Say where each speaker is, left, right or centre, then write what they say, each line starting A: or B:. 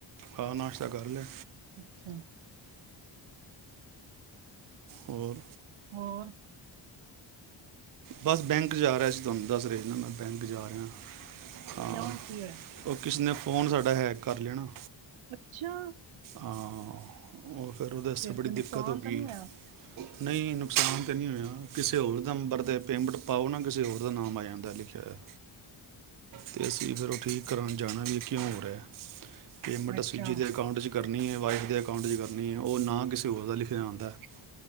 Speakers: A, on the right; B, on the right.
A: ਹਾਂ, ਨਾਸ਼ਤਾ ਕਰ ਲਿਆ।
B: ਅੱਛਾ।
A: ਹੋਰ
B: ਹੋਰ
A: ਬਸ ਬੈਂਕ ਜਾ ਰਿਹਾ ਸੀ, ਤੁਹਾਨੂੰ ਦੱਸ ਰਿਹਾ ਸੀ। ਨਾ ਮੈਂ ਬੈਂਕ ਜਾ ਰਿਹਾ, ਹਾਂ
B: ਕਿਉਂ ਕੀ ਹੋਇਆ
A: ਉਹ ਕਿਸੇ ਨੇ ਫੋਨ ਸਾਡਾ ਹੈਕ ਕਰ ਲੈਆ ਨਾ।
B: ਅੱਛਾ
A: ਹਾਂ ਔਰ ਪਰ ਉਹਦੇ ਸੇ
B: ਫੇਰ
A: ਬੜੀ
B: ਕੋਈ
A: ਦਿੱਕਤ
B: ਨੁਕਸਾਨ
A: ਹੋ
B: ਤਾਂ
A: ਗਈ,
B: ਨਹੀਂ ਹੋਇਆ
A: ਨਹੀਂ ਨੁਕਸਾਨ ਤੇ ਨੀ ਹੋਇਆ। ਕਿਸੇ ਹੋਰ ਨੰਬਰ ਦੇ ਪੇਮੈਂਟ ਪਾਓ ਨਾ, ਕਿਸੇ ਹੋਰ ਦਾ ਨਾਮ ਆ ਜਾਂਦਾ ਲਿਖਿਆ ਹੋਇਆ, ਤੇ ਅਸੀ ਫਿਰ ਉਹ ਠੀਕ ਕਰਾਉਨ ਜਾਨਾ, ਵਈ ਇਹ ਕਿਉਂ ਹੋ ਰਿਹਾ। ਪੇਮੈਂਟ
B: ਅੱਛਾ
A: ਅੱਸੀ ਜਿਹਦੇ ਅਕਾਊਂਟ ਚ ਕਰ ਕਰਨੀ ਏ, ਵਾਈਫ ਦੇ ਅਕਾਊਂਟ ਚ ਕਰਨੀ ਹੈ, ਉਹ ਨਾ ਕਿਸੇ ਕਿਸੇ‌ ਹੋਰ ਦਾ ਲਿਖਿਆ ਆਦਾ ਏ,